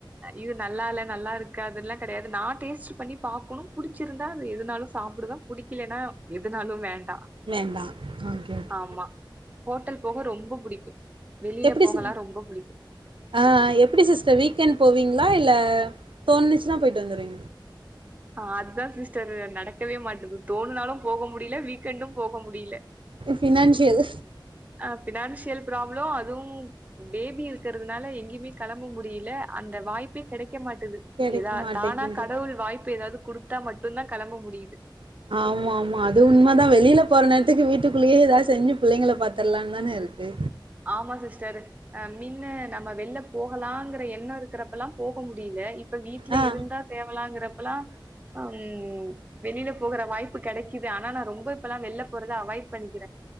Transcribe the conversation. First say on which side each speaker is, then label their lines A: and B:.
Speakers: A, on the right (about 20°); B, on the right (about 80°).
A: இது நல்லால்ல நல்லா இருக்காதல்லா கெடையாது நா டேஸ்ட் பண்ணி பாக்கணு புடிச்சிருந்தா அது எதுனாலு சாப்டுவ புடி இல்லனா எதுனாலு வேண்டா
B: வேண்டா ஓகே ஓகே
A: ஆமா ஹோட்டல் போக ரொம்ப புடிக்கு வெளில
B: எப்டி
A: போகல்லா
B: சி
A: ரொம்ப புடிக்கு
B: ஆ எப்டி சிஸ்டர் வீக்கெண்ட் போவீங்ளா இல்ல தோணுச்சுனா போயிட்டு வந்துருவீ
A: ஆ அதா சிஸ்டர் நடக்கவே மாட்டது தோணுனாலு போக முடில வீ கண்டும் போக முடில
B: ஃபினான்சியல்
A: அ ஃபினான்சியல் ப்ராப்ளம் அதுவு பேபி இரு க்கறதுனால எங்கேயுமே கெளம்ப முடில அந்த வாய்ப்பே கெடைக்க மாட்
B: கெடைக்க
A: எதா
B: மாட்டேங்குது
A: தானா கடவுள் வாய்ப்பு எதாது குடுத்தா மட்டுந்தா கெளம்ப முடிது
B: ஆமாமா அது உண்மதா வெளில போற நேரத்துக்கு வீட்டுக்குள்ளயே எதாது செஞ்சு புள்ளைங்கள பாத்தர்லானுதான இருக்கு
A: ஆமா சிஸ்டர் அ மின்னு நம்ம வெள்ல போகலாங்கிற எண்ணோ இருக்கறப்பல்லா போக முடில இப்ப வீட்ல
B: ஆ
A: இருந்தா தேவலாங்கிறப்பல்லா ஹம் வெளில போகற வாய்ப்பு கெடை க்கிது ஆனா நா ரொம்ப இப்பல்லா வெளில போறத அவாய்ட் பண்ணிக்கிற